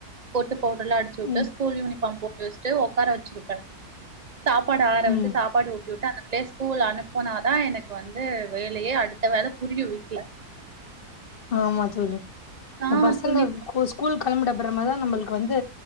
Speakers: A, on the right (about 35°); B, on the left (about 45°).
A: போட்டு பவுடர் எலாம் அடிச்சி உட்டு
B: ம்
A: ஸ்கூல் யூனிஃபார்ம் போட்டு வஸ்ட்டு உக்கார வச்சிருப்ப சாப்பாடு ஆற
B: ம்
A: வச்சு சாப்பாடு ஊட்டி உட்டு அந்த பிளேஸ் ஸ்கூல் அனுப்புனாதா எனக் வந்து வேலையே அடுத்த வேல புரியு வீட்ல
B: ஆமா தோழி இந்த
A: ஆ
B: பசங்க
A: துணி
B: ஸ்கூல் கிளம்பிட அப்றமா தா நம்ளுக்கு வந்து